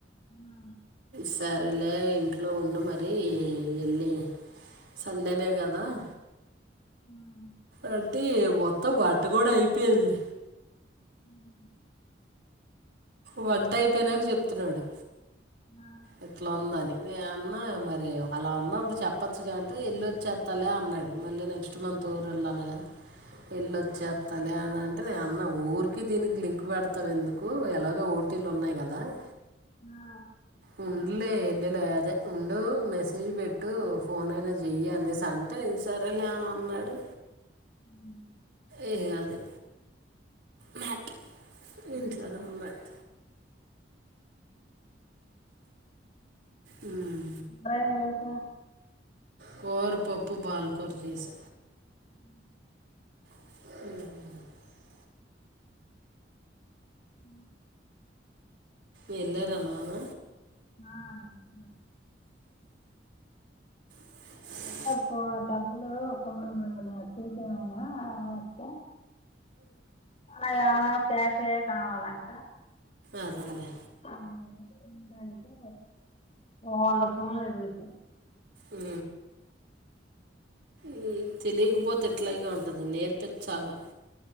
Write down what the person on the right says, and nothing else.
సరేలే ఇంట్లో ఉండు మరి ఏళ్ళి. సండేనే గదా. !
అంటే, మొత్తం వంట గూడా అయిపెంది.
వంటైపోయినాక జేప్తున్నాడు.
ఇట్లా ఉందని. నే అన్నా మరి అలా ఉన్నప్పుడు చెప్పచ్చుగాంటే ఎల్లొచ్చేత్తలే అన్. న్నాడు. మళ్ళీ నెక్స్ట్ మంత్ ఊరెళ్ళల గదా, ఎల్లొచ్చెత్తలే అన్ అన్. టే నే అన్నా, ఊరికే దీనికి లింక్ బెడతావెందుకు.? ఎలాగో ఓటీలున్నాయి గదా. !
ఊండ్లే. పెళ్ళిలే అదే ఉండూ, మెసేజ్ బెట్టు., ఫోన్ అయినా జేయ్యి అనేసి అంటే సరేలే అన. అన్నాడు
ఏ అది మేటర్ ఇంట్లోనే
ఉ మ్యాట్ <inaudible> ఉ
కూరపప్పు బాలకూర చేస
ఆహు
వెళ్ళారా
నాన్న
<inaudible>
అదలేే
ఉ ఈ తెలియకపోతే ఎట్లాగ ఉంటది నేర్పే చాలా